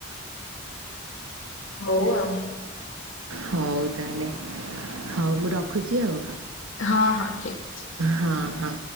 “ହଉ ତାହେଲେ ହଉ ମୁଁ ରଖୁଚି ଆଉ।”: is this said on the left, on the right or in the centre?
Right